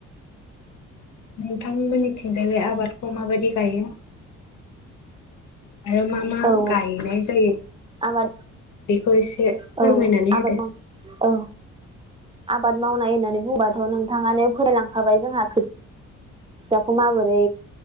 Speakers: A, on the left (about 75°); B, on the right (about 15°).
A: नोंथांमोननिथिंजाय आबादखौ माबायदि गायो? आरो मा मा
B: औ
A: गायनाय जायो
B: आबाद
A: बेखौ एसे फोरमायनानै
B: औ आबाद
A: होदो
B: माव औ आबाद मावनाय होननानै बुंबाथ' नोंथाङानो फोररायलांखाबाय जोंहा खोथ फिसाखौ माबोरै